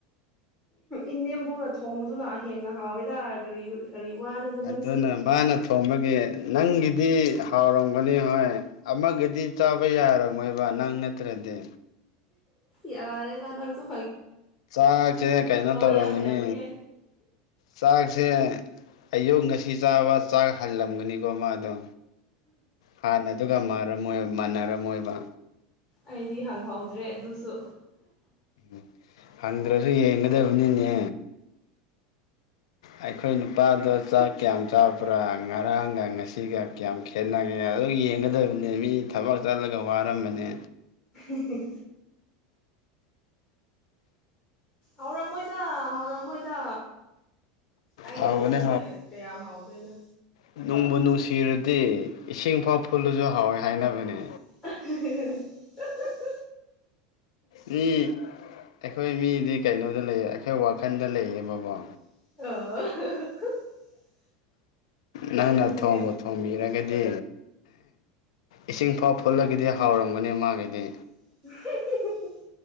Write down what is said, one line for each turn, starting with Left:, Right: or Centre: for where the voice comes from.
Centre: ꯏꯅꯦꯝꯕꯧꯅ ꯊꯣꯡꯕꯗꯨꯅ ꯍꯦꯟꯅ ꯍꯥꯎꯋꯦꯗꯔ ꯀꯔꯤ ꯋꯥꯅꯣꯗ ꯅꯪꯁꯨ
Left: ꯑꯗꯨꯅ ꯃꯥꯅ ꯊꯣꯝꯕꯒꯤ ꯅꯪꯒꯤꯗꯤ ꯍꯥꯎꯔꯝꯒꯅꯤ ꯍꯣꯏ ꯑꯃꯒꯤꯗꯤ ꯗꯤ ꯆꯥꯕ ꯌꯥꯔꯃꯣꯏꯕ ꯅꯪ ꯅꯠꯇ꯭ꯔꯗꯤ
Centre: ꯌꯥꯔꯦ ꯇꯗꯁꯨ
Left: ꯆꯥꯛꯁꯦ ꯀꯩꯅꯣ ꯇꯧꯔꯝꯒꯅꯤ
Centre: ꯌꯥꯝ ꯍꯩꯔꯝꯃꯤꯍꯦ
Left: ꯆꯥꯛꯁꯦ ꯑꯌꯨꯛ ꯉꯁꯤ ꯆꯥꯕ ꯆꯥꯛ ꯍꯜꯂꯝꯒꯅꯤꯀꯣ ꯃꯥꯗꯣ ꯍꯥꯟꯅ ꯑꯗꯨꯒ ꯃꯥꯟꯅꯔꯝꯃꯣꯏꯕ
Centre: ꯑꯩꯗꯤ ꯍꯪꯍꯧꯗ꯭ꯔꯦ ꯑꯗꯨꯁꯨ
Left: ꯎ ꯍꯪꯗ꯭ꯔꯁꯨ ꯌꯦꯡꯒꯗꯕꯅꯤꯅꯦ ꯑꯩꯈꯣꯏ ꯅꯨꯄꯥꯗꯣ ꯆꯥꯛ ꯀꯌꯥꯝ ꯆꯥꯕ꯭ꯔꯥ ꯉꯔꯥꯡꯒ ꯉꯁꯤꯒ ꯀꯌꯥꯝ ꯈꯦꯠꯅꯒꯦ ꯑꯦ ꯑꯗꯨ ꯌꯦꯡꯒꯗꯕꯅꯦ ꯃꯤ ꯊꯕꯛ ꯆꯠꯂꯒ ꯋꯥꯔꯝꯕꯅꯦ
Centre: ꯎ ꯍꯧꯔꯃꯣꯣꯏꯗ ꯍꯧꯔꯃꯣꯣꯏꯗ ꯑꯩꯅ
Left: ꯍꯥꯎꯕꯅꯦ
Centre: ꯊꯣꯡꯕꯨ ꯀꯌꯥꯝ ꯍꯥꯎꯗꯣꯏꯅꯣ
Left: ꯅꯅꯨꯡꯕꯨ ꯅꯨꯡꯁꯤꯔꯗꯤ ꯏꯁꯤꯡ ꯐꯥꯎ ꯐꯨꯜꯂꯁꯨ ꯍꯥꯎꯋꯦ ꯍꯥꯏꯅꯕꯅꯦ
Centre: <unintelligible>
Left: ꯃꯤ ꯑꯩꯈꯣꯏ ꯃꯤꯗꯤ ꯀꯩꯅꯣꯗ ꯂꯩ ꯑꯩꯈꯣꯏ ꯋꯥꯈꯜꯗ ꯂꯩꯌꯦꯕꯀꯣ
Centre: ꯑ
Left: ꯅ
Centre: ꯅꯣꯛꯅꯤꯡꯉꯦ
Left: ꯅ ꯊꯣꯝꯝꯕꯣ ꯊꯣꯝꯝꯕ ꯏꯔ ꯀꯩ ꯗꯤ ꯏꯁꯤꯡ ꯐꯥꯎ ꯐꯨꯠꯂꯒꯗꯤ ꯍꯥꯎꯔꯝꯒꯅꯤ ꯃꯥꯒꯤꯗꯤ
Centre: <unintelligible>